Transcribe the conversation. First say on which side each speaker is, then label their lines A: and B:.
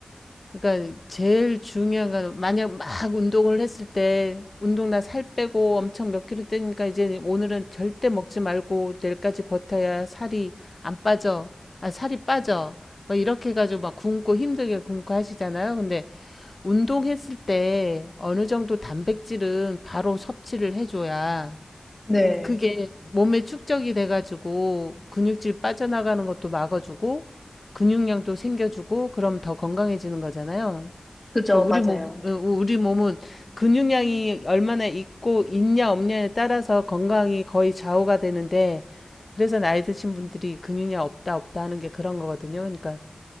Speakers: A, on the left; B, on the left.
A: 그러니까 제일 중요한 건 만약 막 운동을 했을 때 운동 나 살 빼고 엄청 몇 킬로 떼니까 이제 오늘은 절대 먹지 말고 내일까지 버텨야 살이 안 빠져. 아, 살이 빠져. 뭐 이렇게 해가지고 막 굶고 힘들게 굶고 하시잖아요. 근데 운동했을 때 어느 정도 단백질은 바로 섭취를 해줘야
B: 네,
A: 그게 몸에 축적이 돼가지고 근육질 빠져나가는 것도 막아주고 근육량도 생겨주고 그럼 더 건강해지는 거잖아요.
B: 그죠,
A: 그러니까 우리
B: 맞아요.
A: 몸, 어, 우리 몸은 근육량이 얼마나 있고 있냐 없냐에 따라서 건강이 거의 좌우가 되는데 그래서 나이 드신 분들이 근육량 없다 없다 하는 게 그런 거거든요. 그러니까